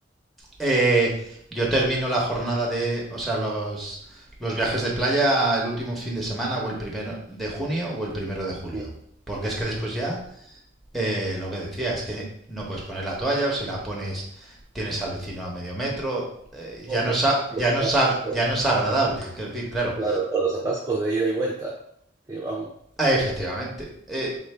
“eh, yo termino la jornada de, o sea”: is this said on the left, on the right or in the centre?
Centre